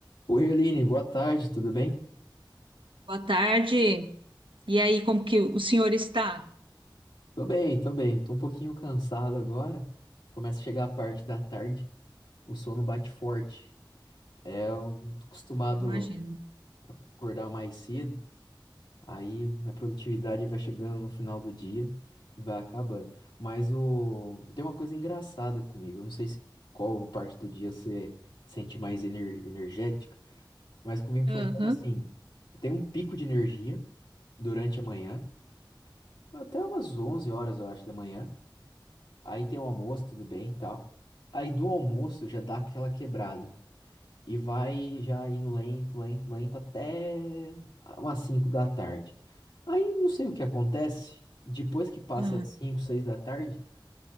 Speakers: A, on the left (about 70°); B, on the right (about 80°).
A: Oi, Aline, boa tarde, tudo bem?
B: Boa tarde. E aí, como que o senhor está?
A: Tô bem, tô bem. Tô um pouquinho cansado agora. Começa a chegar a parte da tarde, o sono bate forte. É, eu tô acostumado
B: Eu imagino.
A: a acordar mais cedo, aí minha produtividade vai chegando no final do dia, vai acabando. Mas o... tem uma coisa engraçada comigo, eu não sei se qual parte do dia você sente mais ener- energética, mas comigo funciona
B: Aham.
A: assim: eu tenho um pico de energia durante a manhã, até umas 11 horas, eu acho, da manhã. Aí tem o almoço, tudo bem, e tal. Aí do almoço já dá aquela quebrada. E vai já indo lento, lento, lento até umas 5 da tarde. Aí não sei o que acontece. Depois que passa
B: Ah,
A: as 5, 6 da tarde,